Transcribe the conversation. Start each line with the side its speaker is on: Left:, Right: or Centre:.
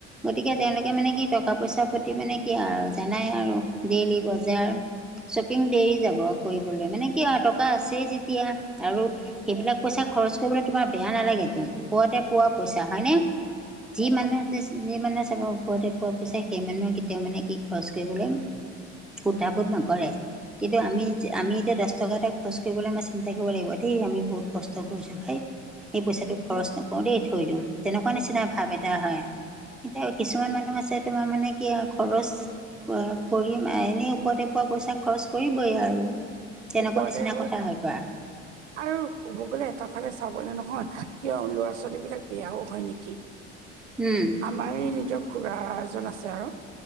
Centre: গতিকে তেওঁলোকে মানে কি টকা-পইচা প্ৰতি মানে কি আৰু জানাই আৰু ডেইলি বজাৰ। শ্বপিং দেৰি যাব কৰিবলৈ মানে কি টকা আছেই যেতিয়া। আৰু সেইবিলাক পইচা খৰচ কৰিবলৈ তোমাৰ বেয়া নালাগেতো। ওপৰতে পোৱা পইচা। হয়নে? <unintelligible> যি মানুহে চাব ওপৰতে পোৱা পইচা সেই মানুহে কেতিয়াও মানে <unintelligible> কুদ্ধাবোধ নকৰে। কিন্তু আমি যে আমি এতিয়া দহ টকা এটা খৰচ কৰিবলে আমাৰ চিন্তা কৰিব লাগিব দেই আমি কষ্ট কৰিছো ভাই সেই পইচাটো খৰচ নক নকৰোঁ দেই থৈ দিও, তেনেকুৱা নিচিনা ভাৱ এটা হয় কিন্তু কিছুমান মানুহ মানুহ আছে তোমাৰ মানে কি আও খৰচ কৰিম এনেই ওপৰতে পোৱা পইচা খৰচ কৰিবই আৰু। তেনেকুৱা
Right: ওপৰতে
Centre: নিচিনা
Right: হয়
Centre: কথা হৈ পৰা
Right: আৰু ক'ব গ'লে এটা ফালে চাবলেনহয় কিয় ল'ৰা- ছোৱালী বিলাক বেয়াও হয় নেকি। <inaudible>
Centre: উম
Right: আমাৰ এই নিজৰ খুৰা এজন আছে আৰু